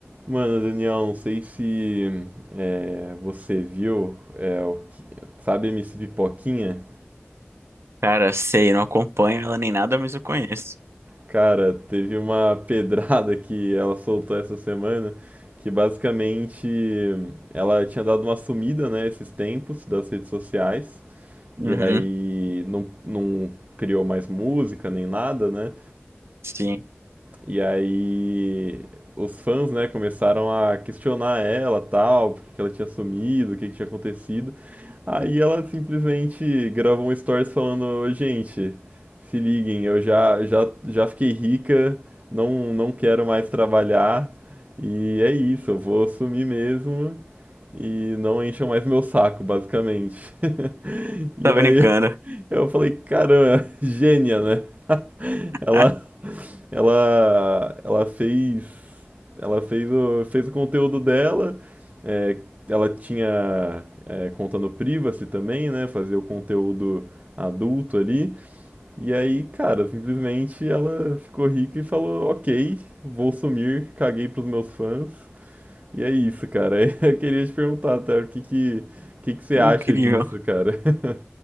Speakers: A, on the right; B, on the right.
A: Mano, Daniel, não sei se é, você viu, é, o que- sabe MC Pipoquinha?
B: Cara, sei, não acompanho ela nem nada, mas eu conheço.
A: Cara, teve uma <laughs> pedrada que ela soltou essa semana, que basicamente ela tinha dado uma sumida, né, esses tempos das redes sociais,
B: Uhum,
A: e aí não, não criou mais música nem nada, né?
B: sim.
A: E aí os fãs, né, começaram a questionar ela, tal, porque ela tinha sumido, o que que tinha acontecido. Aí ela simplesmente gravou um stories falando, "Ô, gente, se liguem, eu já, já, já fiquei rica, não, não quero mais trabalhar, e é isso, eu vou sumir mesmo e não encham mais meu saco, basicamente. <laughs> E
B: Tá
A: aí
B: brincando.
A: eu falei, caramba, gênia, né?
B: <laughs>
A: Ela, ela, ela fez, ela fez o, fez o conteúdo dela. é, ela tinha é, conta no Privacy também, né? Fazia o conteúdo adulto ali. E aí, cara, simplesmente ela ficou rica e falou: Ok, vou sumir, caguei pros meus fãs. E é isso, cara. <laughs> Eu queria te perguntar, até o que que, o que que você
B: Incrível.
A: acha disso, cara? <laughs>